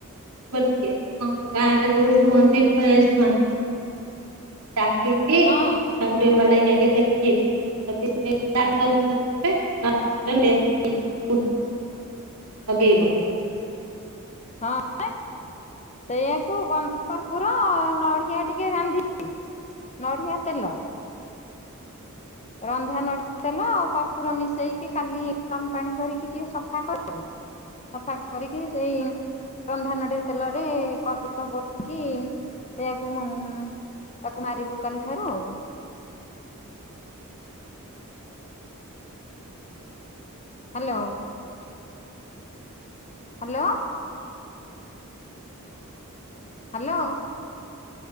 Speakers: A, on the right (about 85°); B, on the left (about 30°).
A: ଭୋର ଟିକେ ତମ ଗାଁ ରେ ଯୋଉ ରୁହନ୍ତି ଭୟସୀ ମାନେ ଡାକିକି ତାଙ୍କୁ
B: ହଁ
A: ଟିକେ ଭଲ ହେଇକି ଆଗେ ଦେଖେଇବ। <inaudible> ହୁଁ। ଲଗେଇବ।
B: ହଁ ସେଇଆ କୁ ଗନ୍ଧ କର୍ପୁର ନଡ଼ିଆ ଟିକିଏ ରାନ୍ଧି ନଢ଼ିଆ ତେଲ। ରନ୍ଧା ନଡ଼ି ତେଲ କର୍ପୁର ମିଶେଇକି କାଲି ରମ ପାଣି କରିକି ଟିକେ ସଫା କର ଦବୁ। ସଫା କରିକି ସେଇ। ରନ୍ଧା ନଡିଆ ତେଲରେ କର୍ପୁ <inaudible> ସେଇଆକୁ ମମ୍ମ। ତାକୁ ମାରିବୁ କାଲି ଠାରୁ ଆଉ। ହାଲୋ। ହାଲୋ। ହାଲୋ।